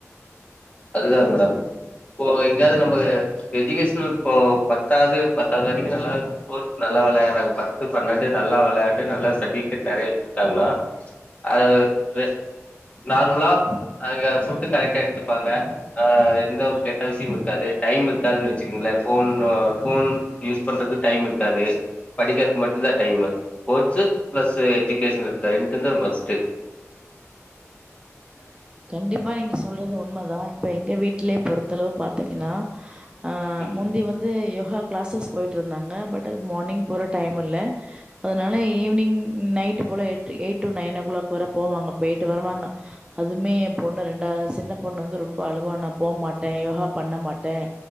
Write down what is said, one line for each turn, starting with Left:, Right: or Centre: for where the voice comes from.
Left: அதுதாங்க மேடம் இப்போ எங்காவது நம்ம எஜுகேஷன் இப்போ பத்தாவது பத்தாவது வரைக்கும் நல்லா ஸ்போர்ட்ஸ் நல்லா விளையாடுறாங்க பத்து பன்னெண்டு நல்லா விளையாண்டு நல்லா சர்டிபிகேட் நிறைய வச்சிருக்காங்கன்னா ஆஹ நார்மலா அங்க ஃபுட்டு கரெக்டா எடுத்துப்பாங்க அஹ எந்த ஒரு கெட்ட விஷயம் இருக்காது டைம் இருக்காதுன்னு வச்சுக்கங்களேன் போன் யூஸ் பண்றதுக்கு டைம் இருக்காது படிக்கிறதுக்கு மட்டும் தான் டைமு ஸ்போர்ட்ஸ் பிளஸ் எஜுகேஷன் ரெண்டுந்தான் மஸ்ட்
Right: கண்டிப்பா நீங்க சொல்றது உண்மைதான் இப்ப எங்க வீட்லயே பொறுத்தளவு பாரத்தீங்கன்னா ஆஹ
Left: ம்
Right: முந்தி வந்து யோகா கிளாஸஸ் போயிட்டு இருந்தாங்க பட் அ மார்னிங் போற டைம் இல்ல அதனால ஈவ்னிங் நைட் போல எ eight to nine o'clock வரை போவாங்க போய்ட்டு வருவாங்க அதுமே என் பொண்ணு ரெண்டு அஹ சின்ன பொண்ணு வந்து ரொம்ப அழுவா நான் போகமாட்டேன் யோகா பண்ண மாட்டேன்